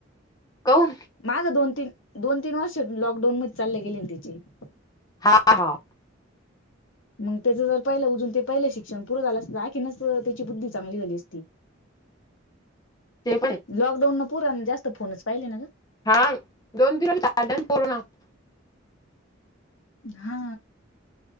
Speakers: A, on the left; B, on the left.
A: काहुन?
B: माझं दोन, तीन दोन, तीन वर्ष लॉकडाऊन मध्ये चाले गेले ना तेचे --
A: हा. <unintelligible>
B: मग त्याचं जर पहिलं अजून ते पहिलं शिक्षण पूरं झालं असतं तर आणखीनच त्याची बुद्धी चांगली झाली असती.
A: ते पण है.
B: लॉकडाऊन पुरान जास्त फोनच पाहिले ना गं.
A: हां. दोन दिवस <unintelligible>
B: हा.